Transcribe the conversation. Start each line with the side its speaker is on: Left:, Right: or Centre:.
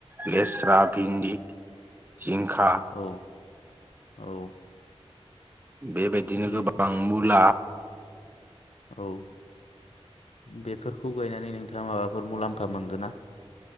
Right: लेस स्रा भिन्दि जिंखा।
Left: औ औ।
Right: बेबायदिनो
Left: बे
Right: गोबां मुला,
Left: औ बेफोरखौ गायनानै नोंथाङा माबाफोर मुलाम्फा मोनदोंना?